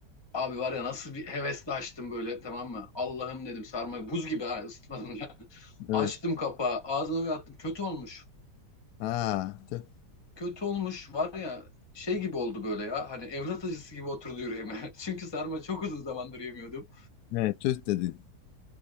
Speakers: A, on the left; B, on the left.
A: Abi var ya nasıl bir hevesle açtım böyle tamam mı? Allah'ım dedim sarmayı buz gibi ha ısıtmadım ya. <laughs>
B: Evet.
A: Açtım kapağı ağzıma bir attım kötü olmuş.
B: Ha, tüh.
A: kötü olmuş var ya şey gibi oldu böyle ya hani evlat acısı gibi oturdu yüreğime. <laughs> Çünkü sarma çok uzun zamandır yemiyordum.
B: Evet, tüh dedin.